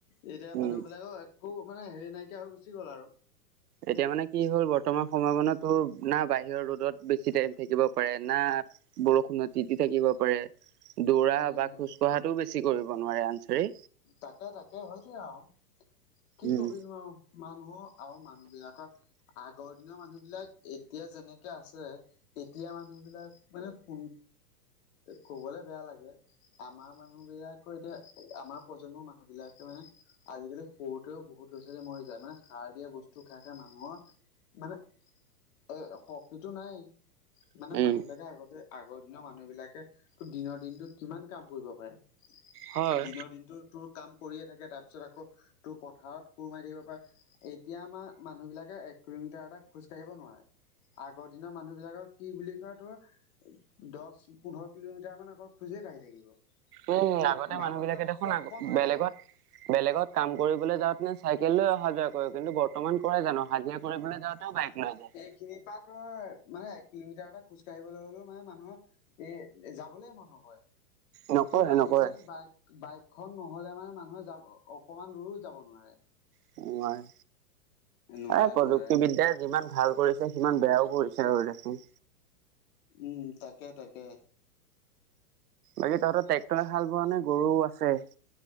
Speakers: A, on the left; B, on the right.
A: এতিয়া
B: উম
A: মানুহবিলাকৰ একো মানে হেৰি নাইকিয়া হৈ গুচি গ'ল আৰু।
B: এতিয়া মানে কি হ'ল বৰ্তমান সময়ত মানে তোৰ না বাহিৰৰ ৰ'দত বেছি টাইম থাকিব পাৰে, না বৰষুণত তিতি থাকিব পাৰে। দৌৰা
A: উম
B: বা খোজকঢ়াটোও বেছি কৰিব নোৱাৰে আনচাৰি।
A: তাকে তাকে হৈছেই আও কি
B: উম
A: কবিনো আও। মানুহৰকআৰু মানুহবিলাকৰ আগৰ দিনৰ মানুহবিলাক এতিয়া যেনেকে আছে এতিয়া মানুহবিলাক মানে শুন ক'বলে বেয়া লাগে আমাৰ মানুহবিলাকৰ এতিয়া আমাৰ প্ৰজন্মৰ মানুহবিলাকে মানে আজিকালি সৰুতেও বহুত ল'ৰা-ছোৱালী মৰি যায় মানে সাৰ দিয়া বস্তু খাই খাই মানুহৰ মানে এই শক্তিটো নাইয়েই।
B: উম
A: মানে মানুহবিলাকে আগতে আগৰ দিনৰ মানুহ মানুহবিলাকে তোৰ দিনৰ দিনটোত কিমান কাম কৰিব পাৰে
B: হয়
A: দিনৰ দিনটো তোৰ কাম কৰিয়ে থাকে তাৰপিছত আকৌ তোৰ পথাৰত কোৰ মাৰি থাকিব পাৰে। এতিয়া আমাৰ মানুহবিলাকে এক কিলোমিটাৰ এটা খোজ কাঢ়িব নোৱাৰে। আগৰ দিনৰ মানুহবিলাকক কি বুলি কয় তোৰ দচ পোন্ধৰ কিলোমিটাৰ মান অকল খোজেই কঢ়ি থাকিব।
B: উম
A: তো
B: আগতে
A: ভাগৰ
B: মানুহবিলাকে
A: বোলা বস্তুটো
B: দেখোন
A: অকণোৱে
B: আগ বেলেগত
A: নাই
B: বেলেগত কাম কৰিবলে যাওঁতেনে চাইকেল লৈ অহা যোৱা কৰ কিন্তু ব ৰ্তমান কৰে জানো হাজিৰা কৰিবলৈ যাওঁতেও বাইক লৈ যায়।
A: খিনি পা তই মানে এক কিলোমিটাৰ এটা খোজ কাঢ়িবলৈ হ'লেও মানে মানুহৰ এ যাবলে মন নকৰে
B: নকৰে
A: তোৰ আজি
B: নকৰে
A: মানে বাইক বাইক খন নহ'লে মানে মানুহে যাব অকমান দূৰো যাব নোৱাৰে।
B: নোৱাৰে
A: নোৱাৰে
B: এই প্ৰযুক্তিবিদ্যাই
A: নোৱাৰে
B: যিমান ভাল কৰিছে সিমান বেয়াও কৰিছে হয় দেচোন।
A: উম তাকে তাকে।
B: বাকী তহতৰ ট্ৰেক্টৰে হাল বোৱা নে গৰুও আছে?